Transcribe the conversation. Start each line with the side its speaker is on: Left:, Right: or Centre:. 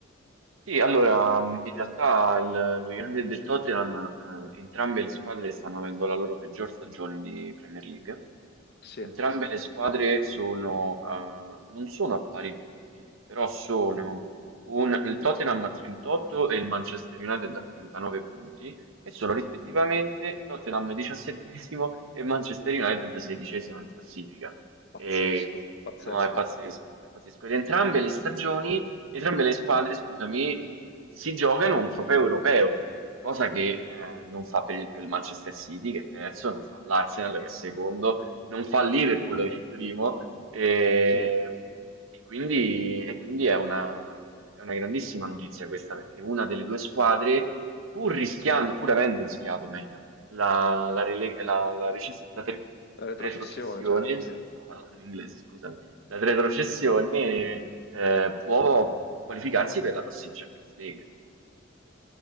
Right: Sì, allora, mh, in realtà il- lo United e il Tottenham, eh, entrambe le squadre stanno avendo la loro peggior stagione di Premier League.
Left: Sì,
Right: Entrambe le squadre sono, eh, non sono a pari punti, però sono un- il Tottenham a 38 e il Manchester United a 39 punti e sono rispettivamente Tottenham 17esimo e Manchester United 16esimo in classifica.
Left: pazzesco,
Right: E,
Left: pazzesco.
Right: no, è pazzesco, è pazzesco. Ed entrambe le stagioni entrambe le squadre, scusami, si giocano un trofeo europeo, cosa che eh, non fa per esempio il Manchester City che è terzo, non fa l'Arsenal che è secondo, non fa il Liverpool che è primo, e,
Left: Sì, la
Right: e quindi, e quindi è una, è una grandissima notizia questa perché una delle due squadre, pur rischiando, pur avendo rischiato meglio, la, la, rele- la- la reces- la ter-
Left: retrocessione,
Right: retrocessione,
Left: certo, sì.
Right: sì, stavo parlando in inglese, scusami la retrocessione eh, può qualificarsi per la prossima Champions League.